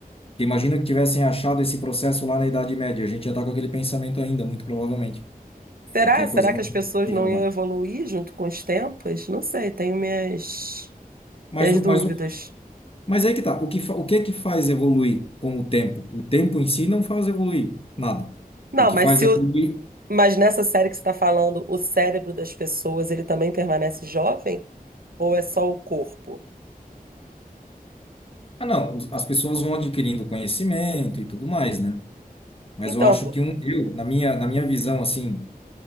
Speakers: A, on the left; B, on the right.
A: Porque imagina que tivessem achado esse processo lá na Idade Média, a gente ia estar com aquele pensamento ainda, muito provavelmente,
B: Será?
A: porque a
B: Será
A: coisa
B: que
A: não
B: as pessoas
A: se
B: não
A: renovar.
B: iam evoluir junto com os tempos? Não sei, tenho minhas,
A: Mas
B: minhas
A: o,
B: dúvidas.
A: mas o, mas aí que tá, o que, fa- o que é que faz evoluir com o tempo? O tempo em si não faz evoluir nada.
B: Não,
A: O que
B: mas
A: faz
B: se
A: evoluir
B: o- mas nessa série que você está falando, o cérebro das pessoas, ele também permanece jovem? Ou é só o corpo?
A: Ah, não, os- as pessoas vão adquirindo conhecimento e tudo mais, né? Mas
B: Então,
A: eu acho que um, eu, na minha, na minha visão, assim,